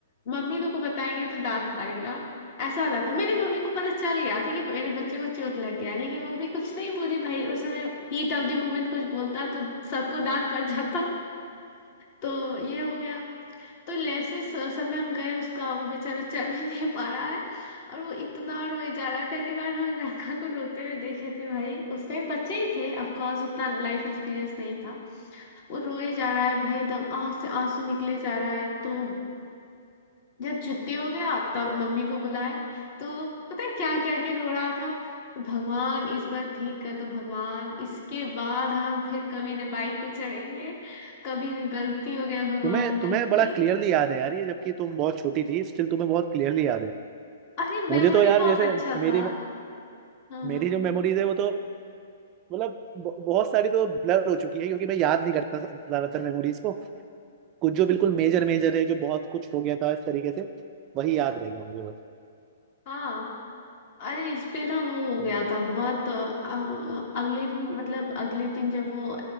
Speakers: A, on the left (about 40°); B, on the right (about 25°).
A: मम्मी लोग को बताएंगे तो डांट पड़ेगा ऐसा वाला था मेरी मम्मी को पता चल गया था कि मेरे बच्चे को चोट लग गया है, लेकिन वो भी कुछ नहीं बोली भाई उस समय हीट ऑफ द मोमेंट कुछ बोलता तो सबको डांट पड़ जाता तो ये हो गया तो जैसे स- समय हम गए उसका वो बेचारा चल भी नहीं पा रहा है और वो इतना रोए जा रहा है पहली बार हम लड़का को रोते हुए देखे थे भाई उस टाइम बच्चे ही थे ऑफ कोर्स उतना लाइफ एक्सपीरियंस नहीं था वो रोए जा रहा है भाई एकदम आंख से आंसू निकले जा रहा है तो जब छुट्टी हो गया तब
B: अच्छा।
A: मम्मी को बुलाए तो पता है क्या क्या के रो रहा था कि भगवान इस बार ठीक कर दो भगवान इसके बाद हम फिर कभी न बाइक पे चढ़ेंगे कभी न गलती हो गया भगवान
B: तुम्हें
A: गलती
B: तुम्हें बड़ा क्लियरली याद है यार ये जबकि तुम बहुत छोटी थी स्टिल तुम्हें बहुत क्लियरली याद है
A: अरे मेमोरी
B: मुझे तो यार
A: बहुत
B: जैसे
A: अच्छा था
B: मेरी
A: हाँ
B: मेरी जो मेमोरीज है वो तो मतलब ब- बहुत सारी तो ब्लर हो चुकी है क्योंकि मैं याद नहीं करता ज्यादातर मेमोरीज को कुछ जो बिल्कुल मेजर मेजर है जो बहुत कुछ हो गया था इस तरीके से वही याद रह गया मुझे बस
A: हाँ अरे इस पे ना वो हो गया
B: हम्म
A: था बहुत अ, अ, अगले दिन मतलब अगले दिन जब वो